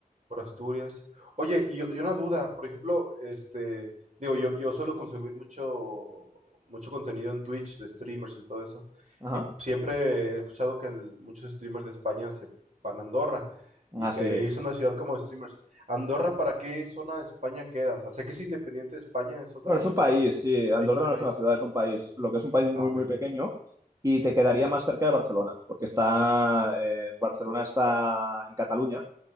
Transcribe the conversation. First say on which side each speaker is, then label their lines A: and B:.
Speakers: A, on the right; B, on the right.
A: por Asturias. Oye, y, y una duda, por ejemplo, este, digo, yo, yo suelo consumir mucho, mucho contenido en Twitch de streamers y todo eso,
B: Ajá.
A: y siempre he escuchado que el- muchos streamers de España se van a Andorra y
B: Ah,
A: que
B: sí.
A: ahí es una ciudad como de streamers. ¿Andorra para qué zona de España queda? O sea, sé que es independiente de España, es otra
B: Bueno, es
A: ciudad,
B: un país, sí.
A: un
B: Andorra
A: país, un
B: no
A: país.
B: es una ciudad, es un país. Lo que es un país muy,
A: Ah, ok.
B: muy pequeño y te quedaría más cerca de Barcelona, porque está, eh, Barcelona está en Cataluña